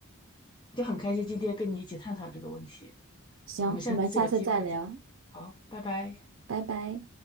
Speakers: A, on the left (about 25°); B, on the right (about 75°).
A: 就很开心今天跟你一起探讨这个问题。
B: 行，
A: 我们下次有机会再，
B: 我们下次再聊，
A: 好，拜拜。
B: 拜拜。